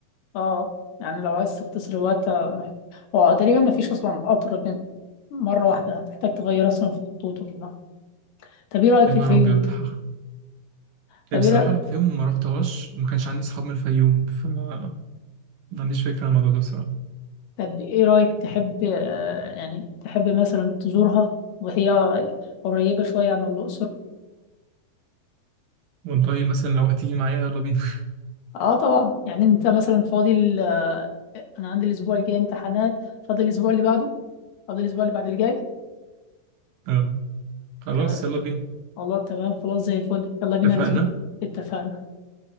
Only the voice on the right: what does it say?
يا
نهار
ابيض <laughs>
بصراحه
الفيوم ما رحتهاش وما كانش عندي اصحاب من الفيوم فما عنديش فكره عن الموضوع ده بصراحه
والله مثلا لو هتيجي معايا يلا بينا <laughs>
آه، خلاص
يلا بينا
اتفقنا